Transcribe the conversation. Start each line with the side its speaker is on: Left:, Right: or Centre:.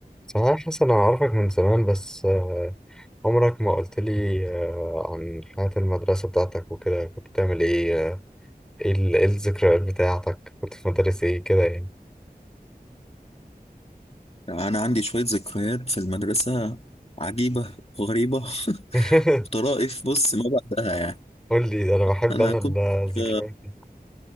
Centre: صحيح يا حسن أنا أعرفك من زمان بس آه، عمرك ما قلت لي آه، عن حياة المدرسة بتاعتك وكده كنت بتعمل إيه آه، إيه ال- إيه الذكريات بتاعتك كنت في مدارس إيه كده يعني
Left: أنا عندي شوية ذكريات في المدرسة عجيبة وغريبة <laughs>
Centre: <laughs>
Left: بطرائف بص ما بعدها يعني
Centre: قول لي ده أنا بحب
Left: أنا
Centre: أنا
Left: كنت
Centre: الذكريات
Left: في
Centre: دي